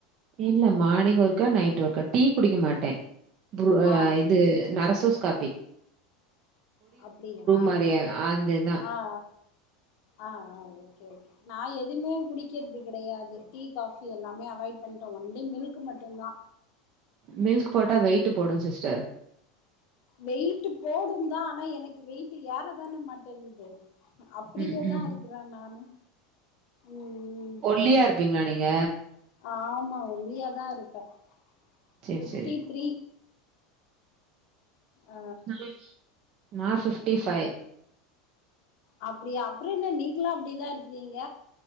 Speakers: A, on the right; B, on the left.
A: இல்ல மார்னிங் ஒருக்கா நைட் ஒருக்கா டீ குடிக்க மாட்டே ப்ரூ அ
B: ஆ
A: இது நரசூஸ் காஃபி
B: அப்டியா
A: மாரி அந்த இதான்.
B: ஆ ஆ ஆ ஆ ஓகே ஓகே நா எதுமே குடிக்குறது கெடயாது டீ காஃபி எல்லாமே அவாய்ட் பண்ட்டே ஒன்லி மில்க் மட்டுந்தா
A: மில்க் போட்டா வெயிட்டு போடு சிஸ்டர்
B: வெயிட்டு போடுந்தா ஆனா எனக்கு வெயிட்டு் ஏற தான மாட்டேங்து அப்டியே
A: ம், ம்.
B: தா இருக்ற நானு ம் ம்
A: ஒல்லியா இருப்பீங்களா நீங்க
B: ஆமா ஒல்லியாதா இருப்பே
A: சரி,
B: ஃபிஃப்டி
A: சரி.
B: த்ரீ ஆ
A: மகிழ்ச்சி நா ஃபிஃப்டி ஃபை
B: அப்டியா அப்ற என்ன நீங்களு அப்டிதா இருக்குறீங்க